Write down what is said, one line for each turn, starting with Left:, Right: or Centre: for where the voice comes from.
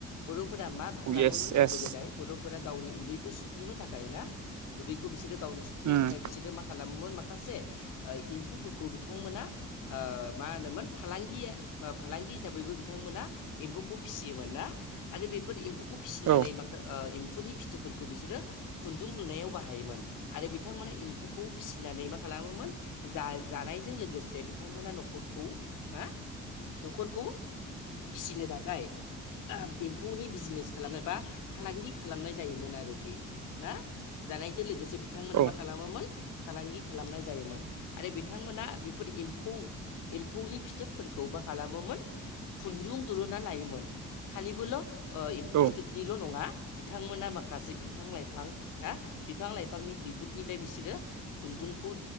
Left: बर'फोरा मा खालामोमोन
Right: येस येस
Left: गोदो गोदाय बर' फोर गावनि उदैखौ सुफुंनो थाखाय ना उदैखौ बिसोरो गावनि सुफुंनो
Right: उम
Left: थाखाय बिसोरो मा खालामोमोन मा खासे एम्फौफोरखौ बिथांमोना ओ मा होनोमोन फालांगिया फालांगि हिसाबैबो बिथांमोना एम्फौखौ फिसियोमोन ना आरो बेफोर एम्फौखौ फिसिनानै
Right: औ
Left: माखा ओ एम्फौनि फिथुफोरखौ बिसोरो खुन्दुं लुनायाव बाहायोमोन आरो बिथांमोना इम्फुखौ फिसिनानै मा खालामोमोन जा जानायजों लोगोसे बिथांमोना न'खरखौ बा न'खरखौ फिसिनो थाखाय एम्फौनि बिजिनेस खालामनाय बा फालांगि खालामनाय जायोमोन आरोखि ना। जानायजों लोगोसे बिथांमोना
Right: औ
Left: मा खालामोमोन फालांगि खालामनाय जायोमोन आरो बिथांमोना बेफोर एम्फु एम्फुनि फिथोबफोरखौ मा खालामोमोन खुन्दुं दुरुना लायोमोन खालि बोल' ओ एम्फु
Right: औ
Left: फिथोबनिल' नङा बिथांमोना माखासे बिफां लाइफां ना बिफां लाइफांनि बिगुदनिफ्राय बिसोरो खुन्दुंखौ